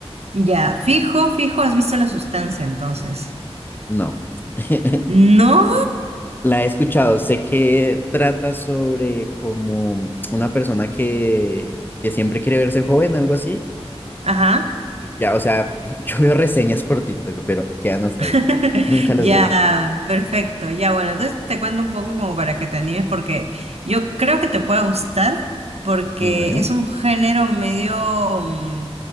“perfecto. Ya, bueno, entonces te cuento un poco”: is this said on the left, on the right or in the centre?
Right